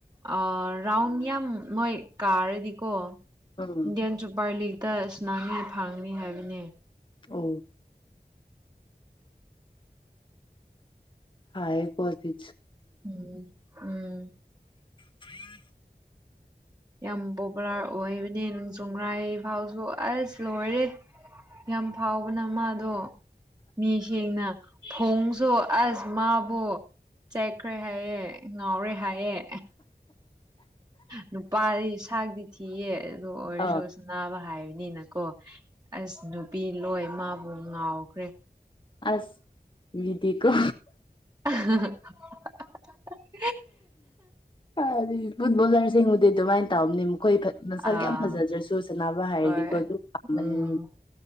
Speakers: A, on the right (about 25°); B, on the left (about 30°).
A: ꯑ ꯔꯥꯎꯟ ꯌꯥꯝ ꯃꯣꯏ ꯀꯥꯔꯗꯤꯀꯣ
B: ꯎꯝ
A: ꯏꯟꯗꯤꯌꯥꯟ ꯁꯨꯄꯔ ꯂꯤꯒꯇ ꯏꯁꯅꯥꯃꯤ ꯐꯪꯅꯤ ꯍꯥꯏꯕꯅꯤ
B: ꯑ ꯍꯌꯦ ꯀꯣꯁꯤ ꯏ
A: ꯎꯝ ꯎꯝ
B: ꯍꯏ
A: ꯌꯥꯝ ꯄꯣꯄꯨꯂꯔ ꯑꯣꯏꯕꯅꯦ ꯅꯣꯡꯖꯣꯡ꯭ꯔꯥ ꯐꯥꯎꯁꯨ ꯑꯁ ꯂꯣꯏꯔꯦ ꯌꯥꯝ ꯐꯥꯎꯕꯅ ꯃꯥꯗꯣ ꯃꯤ ꯁꯦꯡꯅ ꯐꯣꯡ ꯁꯨ ꯑꯁ ꯃꯥꯕꯨ ꯆꯥꯏꯈ꯭ꯔꯦ ꯍꯥꯏꯌꯦꯦ ꯉꯥꯎꯔꯦ ꯍꯥꯏꯑꯦ ꯅꯨꯄꯥꯗꯤ ꯁꯥꯛꯇꯤ ꯊꯤꯌꯦ ꯑꯗꯨꯗ ꯑꯣꯏꯔꯁꯨ
B: ꯑꯥ
A: ꯁꯅꯥꯕ ꯍꯥꯏꯕꯅꯤ ꯅ ꯀꯣ ꯑꯁ ꯅꯨꯄꯤ ꯂꯣꯏ ꯃꯥꯕꯨ ꯉꯥꯎꯈ꯭ꯔꯦ
B: ꯑꯁ ꯗꯤ ꯀꯣ
A: ꯎ
B: ꯍꯥꯏꯗꯤ ꯐꯨꯠꯕꯣꯂꯔꯁꯤꯡꯕꯨꯗꯤ ꯑꯗꯨꯃꯥꯏꯅ ꯇꯧꯝꯅꯦ ꯑꯃꯨꯛ ꯑꯩꯈꯣꯏ ꯃꯁꯥꯒꯤ
A: ꯑꯥ
B: ꯌꯥꯝ ꯐꯖꯗ꯭ꯔꯁꯨ ꯁꯅꯥꯅꯕ ꯍꯥꯏꯔꯗꯤꯀꯣ
A: ꯍꯣꯏ
B: ꯑꯗꯨ ꯄꯥꯝꯕꯅꯦ
A: ꯎꯝ
B: ꯃꯤꯅꯦ